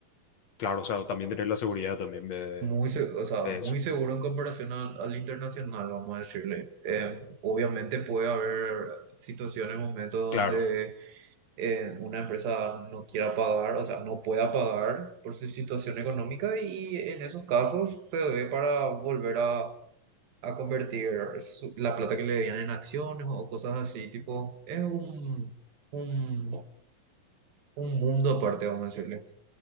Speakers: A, on the left; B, on the right.
A: claro, o sea, también tener la seguridad también de,
B: muy, se- o sea,
A: de eso,
B: muy seguro en comparación al, al internacional, vamos a decirle. Eh, obviamente puede haber situaciones, momentos donde
A: claro.
B: eh, una empresa no quiera pagar, o sea, no pueda pagar por su situación económica y en esos casos se debe para volver a, a convertir su- la plata que le debían en acciones o cosas así, tipo, es un, un, un mundo aparte, vamos a decirle.